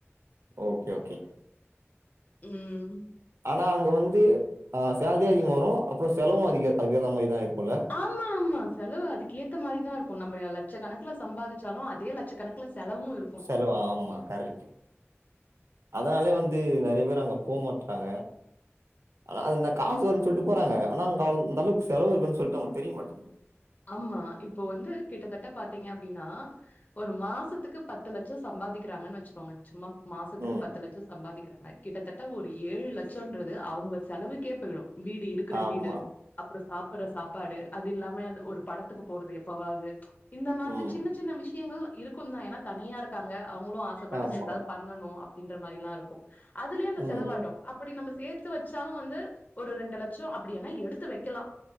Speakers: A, on the right; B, on the left.
A: ஓகே ஓகே
B: உம்
A: ஆனா அங்க வந்து அ சேலரி அதிகமா வரோ அப்புறோ செலவோ அதிக அங்க ரொம்ப இதா இருக்கோல கேட்கவில்லை
B: ஆமா ஆமா செலவு அதுக்கு ஏத்த மாரிதா இருக்கோ நம்ப லட்சக்கணக்குல சம்பாதிச்சாலு அதே லட்சக்கணக்குல செலவு இருக்
A: செலவா ஆமா கரட் அதனாலே வந்து நறைய பேர் அங்க போமாட்றாங்க ஆனா அதுல காசு வருன்னு சொல்ட்டு போறாங்க ஆனா அங்க அந்த அளவுக்கு செலவு இருக்கோன்னு சொல்ட்டு அவங்குளுக்கு தெரிய மாட்டேக்குது
B: ஆமா இப்போ வந்து கிட்டத்தட்ட பாத்தீங்க அப்டீன்னா ஒரு மாசத்துக்கு பத்து லட்சோ சம்பாதிக்கிறாங்கன்னு வச்சுக்கோங்க சும்மா மாசத்துக்கு
A: ம்
B: பத்து லட்சோ சம்பாதிக்கிறாங்க கிட்டத்தட்ட ஒரு ஏழு லட்சோன்றது அவுங்க செலவுக்கே போயிடோ வீடு இருக்குற
A: ஆமா
B: வீடு அப்புறோ சாப்புடுற சாப்பாடு அது இல்லாம அது ஒரு படத்துக்கு போறது எப்பவாவது இந்த மாதிரி
A: ம்
B: சின்ன சின்ன விஷயங்கள் இருக்குந்தா ஏன்னா தனியா இருக்காங்க அவுங்களு ஆசப்பட்டதுக்கு
A: ஆமா
B: எதாவது பண்ணணோ அப்டீன்ற மாரிலா இருக்கோ அதுலயே இந்த
A: ம்
B: செலவாயிடோ
A: ம்
B: அப்படி நம்ம சேத்து வச்சாலு வந்து ஒரு ரெண்டு லட்சோ அப்டிவேனா எடுத்து வெக்கலா